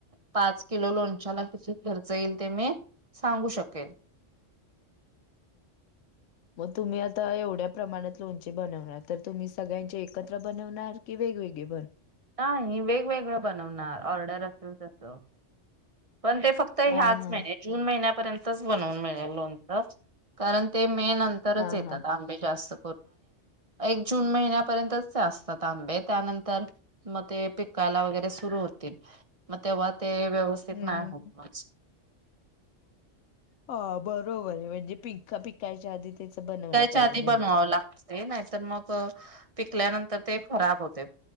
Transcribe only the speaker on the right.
पाच किलो लोणच्याला किती खर्च येईल ते मी सांगू शकेल.
नाही वेगवेग बनवणार ऑर्डर असेल तसं पण ते फक्त ह्याच
महिन्यात जून महिन्यात पर्यंतच बनवून मिळेल लोणचं कारण ते मे नंतरच
येतात
आंबे जास्त एक जून महिन्यापर्यंत असतात आंबे त्यानंतर म ते पिकायला वगैरे सुरू होतील मग तेव्हा ते व्यवस्थित
नाही होत मग
विकायच्या
आधी
बनवावं लागत ते नाय तर मग पिकल्यानंतर ते खराब होतेत.